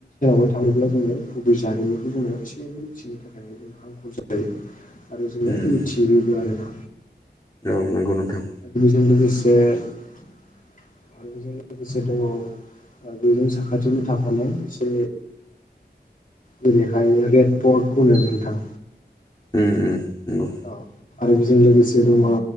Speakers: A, on the left (about 50°); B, on the left (about 20°).
A: <unintelligible> <unintelligible> थाङोब्ला जोङो गुबै जारिमिखौ जोङो एसे एनै मिथिनो थाखाय जों हांखुर जायो। आरो जोङो
B: उम
A: मिथियोबो आरो ना।
B: औ नंगौ नोंथां।
A: बेजों लोगोसे आरो बिजों लोगोसे दंबावो आरो बेजों साखाथियावनो थाफानाय एसे जेरैहाय रेड पर्ट <unintelligible> नोंथां।
B: उम उम नंगौ।
A: औ आरो बेजों लोगोसे दङ'